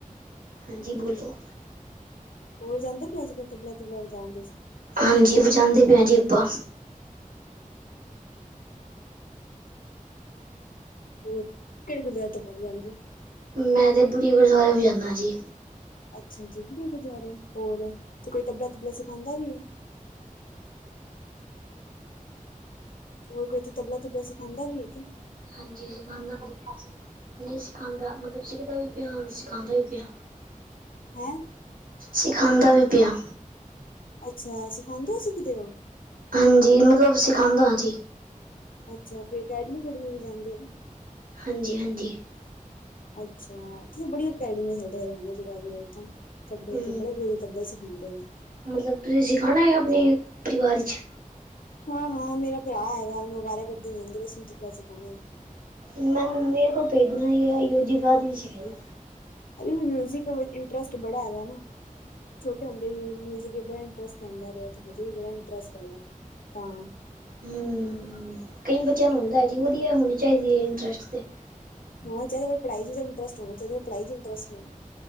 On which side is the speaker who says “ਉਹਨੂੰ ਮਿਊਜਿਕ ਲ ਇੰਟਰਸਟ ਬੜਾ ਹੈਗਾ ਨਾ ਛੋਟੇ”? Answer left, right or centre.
Left